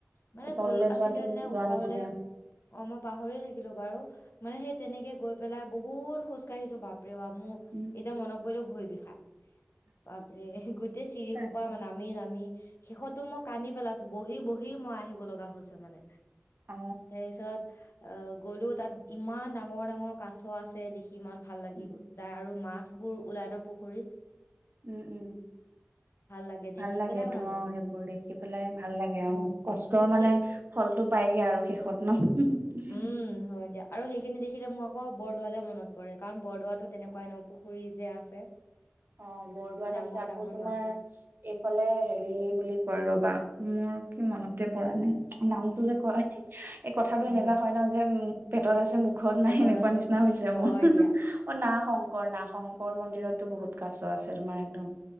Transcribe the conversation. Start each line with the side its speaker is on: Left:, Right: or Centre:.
Left: মানে
Right: এই তললে
Left: তল আছিলে
Right: যোৱাটো
Left: নে
Right: যোৱা
Left: ওপৰলে
Right: নহলে
Left: অ' মই পাহৰি থাকিলো বাৰু। মানে সেই তেনেকে গৈ পেলাই বহুত খোজ কাঢ়িছো বাপ। ৰে বাপ
Right: উম
Left: এইটা মন। পৰিলোঁ ভৰি বিষায়। বাপ ৰে গোটেই চিৰিসোপা
Right: তাকে
Left: মানে নামি নামি শেষততো মই কান্দি পেলাইছোঁ বহি বহি মই আহিব লগা হৈছে মানে।
Right: অ
Left: তাৰপিছত। অ' গ'লো তাত ইমান ডাঙৰ ডাঙৰ কাছ আছে দেখি কিমান ভাল লাগি
Right: উম
Left: যায় আৰু মাছ। বোৰ ওলা ন পুখুৰীত।
Right: উম উম
Left: লাগে
Right: ভাল
Left: দেখি
Right: লাগে
Left: পেলাই
Right: তো
Left: ভাল
Right: অ'
Left: লাগে
Right: সেইবোৰ দেখিব। পেলাই ভাল লাগে
Left: উম
Right: অ' কষ্টৰ মানে
Left: সেই
Right: ফল। পাইগে আৰু শেষত। ন
Left: উম হয় দিয়া আৰু সেইখিনি দেখিলে মোক। আকৌ বৰদোৱালে মনত পৰে কাৰণ বৰদোৱাাতো তেনেকুৱাই ন পুখুৰী যে আছে।
Right: অ' বৰদোৱাত
Left: ডাঙৰ
Right: আছে আকৌ
Left: ডাঙৰ
Right: তোমাৰ
Left: মাছৰ
Right: এইফালে হেৰি বুলি কয় ৰ'বা। মোৰ কি মনতে পৰা নাই নামটো যে কয়। এই কথাটো
Left: অ
Right: এনেকুৱা হয় ন যে পেটত আছে মুখত
Left: পেজত
Right: নাই এনেকুৱা
Left: আছে
Right: নিচিনা
Left: মুখত
Right: হৈছে
Left: হয়
Right: মোৰ
Left: দিয়া
Right: অ না শংকৰ নাগ শংকৰ মন্দিৰতটো বহুত। কাছ আছে তোমাৰ একদম,